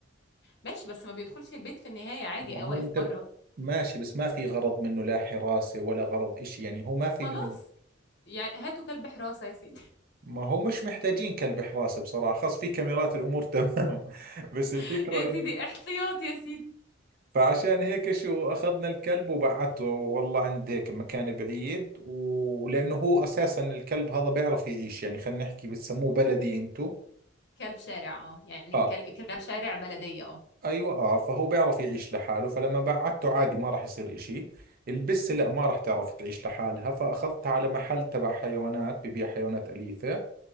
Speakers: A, on the left; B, on the right.
A: ماشي بس ما بيدخلش البيت في النهاية عادي
B: ما
A: آه،
B: هو
A: واقف
B: انت
A: بره
B: ماشي بس ما في غرض منه لا حراسة ولا غرض اشي يعني هو ما في
A: خلاص
B: منه
A: يعني هاتوا كلب حراسة يا سيدي
B: ما هو مش محتاجين كلب حراسة بصراحة خاص في كاميرات الأمور تمام <laughs> بس الفكرة
A: <laughs> يا سيدي
B: إن
A: احتياط يا سيدي
B: فعشان هيك شو أخذنا الكلب وبعته والله عند هيك مكان بعيد و- ولأنه هو أساسا الكلب هذا بيعرف يعيش يعني خلينا نحكي بتسموه بلدي أنتو
A: كلب شارع اه يعني
B: آه
A: كل- كلاب شارع بلدية اه
B: أيوة آه فهو بيعرف يعيش لحاله فلما بعته عادي ما راح يصير إشي البسة لا ما راح تعرف تعيش لحالها فأخذتها على محل تبع حيوانات ببيع حيوانات أليفة